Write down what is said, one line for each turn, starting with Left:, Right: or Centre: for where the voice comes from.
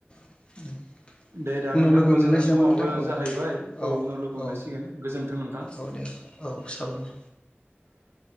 Left: <unintelligible>
Right: दे दा नोंथां
Left: उनाव लोगो
Right: होमबा
Left: मोनलायसै
Right: जोंना समाबो
Left: नामा नोंथां औ
Right: जाहैबाय
Left: औ
Right: उनाव लोगो मोनलायसिगोन
Left: औ
Right: गोजोन्थों नोंथां
Left: औ दे। औ साबायखर।
Right: <inaudible>